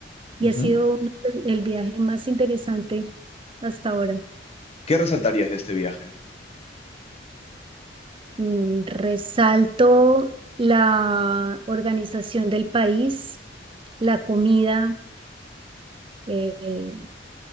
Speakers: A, on the right; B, on the left.
A: y
B: Ujú.
A: ha sido uno de- el viaje más interesante hasta ahora.
B: ¿Qué resaltarías de este viaje?
A: Mm, Resalto la organización del país, la comida, eh, eh,